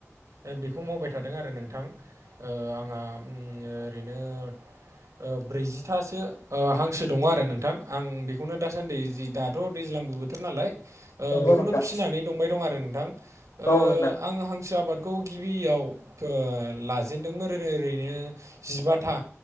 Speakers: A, on the right; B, on the left.
A: ओ बेखौ मावबाय थादों आरो नोंथां ओ आंहा उम ओरैनो ओ ब्रैजिथासो ओ हां नङा आरो नोंथां आं बेखौनो दासान्दि जि दाथ' दैज्लांबो बोथोर नालाय।
B: नंगौ
A: ओ बेखौनो
B: नोंथां
A: फिनानै दंबाय दं आरो नोंथां ओ
B: औ नोंथां।
A: आं हांसो आबादखौ गिबियाव ओ लाजेनदोंमोन ओ ओरैनो जिबाथा